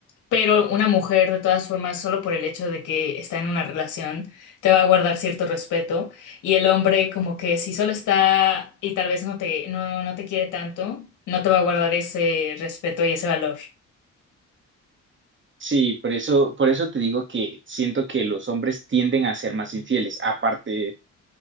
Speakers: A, on the left; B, on the right.
A: Pero una mujer, de todas formas, solo por el hecho de que está en una relación, te va a guardar cierto respeto. Y el hombre, como que si solo está y tal vez no te, no, no te quiere tanto, no te va a guardar ese respeto y ese valor.
B: Sí, por eso, por eso te digo que siento que los hombres tienden a ser más infieles, aparte